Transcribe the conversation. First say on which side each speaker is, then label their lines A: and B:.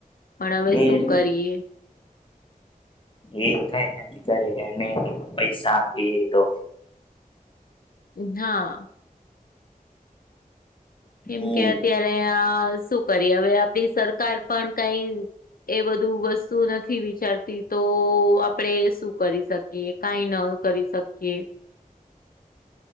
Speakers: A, on the left; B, on the left.
A: પણ હવે
B: હમ
A: શું કરીએ.
B: <unintelligible> કરે એને તો પૈસા આપીએ તો,
A: હા. કેમ
B: હમ
A: કે અત્યારે આ શું કરી હવે આપડી સરકાર પણ કઈ, એ બધું વસ્તુ નથી વિચારતી તો આપડે શું કરી શકીએ. કાઈ ન કરી શકીએ.
B: <inaudible>